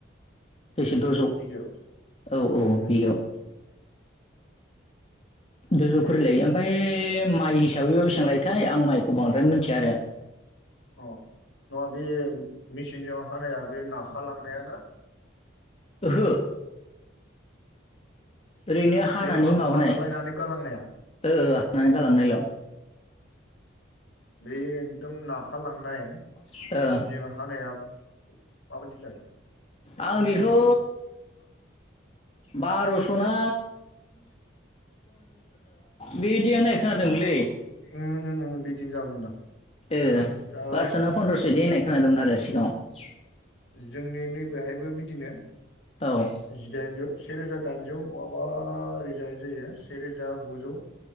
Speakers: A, on the left; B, on the left.
A: सयस' दजौ
B: बिगायाव
A: औ औ
B: उम
A: बिगायाव।
B: उम
A: दजौ
B: बे
A: खरि लायो ओमफाय माइ हिसाबैबा बेसेबां लायोथाय आं माइखौ बांद्राय मिनथिया आरो।
B: अ नङा बे मिचिनजों हानाया बे नाखालांनाया ना?
A: ओहो ओरैनो हानानै
B: बे हा
A: माबानाय
B: हाख्लायनानै गालांनाया
A: ओ हानानै गालांनायल'।
B: बे एकदम ना खा लांनाय
A: ओ
B: मेचिनजों हानाया माबायदि जायो?
A: आं बेखौ बार'सना
B: <inaudible>
A: बिदि होननाय खोनादोंमोनलै
B: उम उम उम बिदिनो जागोनदां।
A: ओ
B: दा
A: बार'सना फन्द्रस' इदि होननाय खोनादोंमोन आरो सिगाङाव।
B: जोंनि नैबेहायबो बिदिनो
A: औ
B: जिदाइनजौ से रोजा दाइनजौ। बहाबा ओरैजाय जायो से रोजा गुजौ